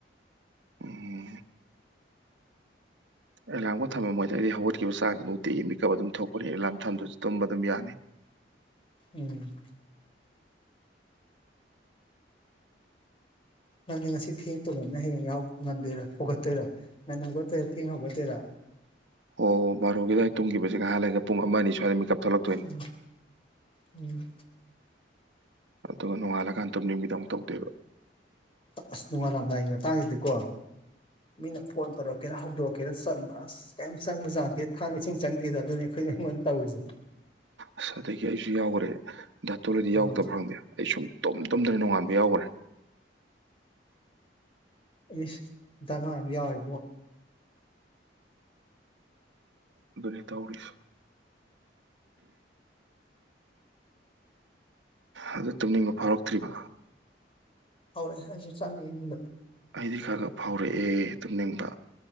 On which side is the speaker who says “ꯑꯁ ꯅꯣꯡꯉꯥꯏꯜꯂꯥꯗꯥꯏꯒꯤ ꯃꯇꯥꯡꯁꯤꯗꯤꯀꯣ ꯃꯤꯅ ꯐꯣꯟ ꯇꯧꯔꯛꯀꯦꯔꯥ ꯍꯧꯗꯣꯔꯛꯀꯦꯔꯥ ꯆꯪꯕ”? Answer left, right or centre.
Left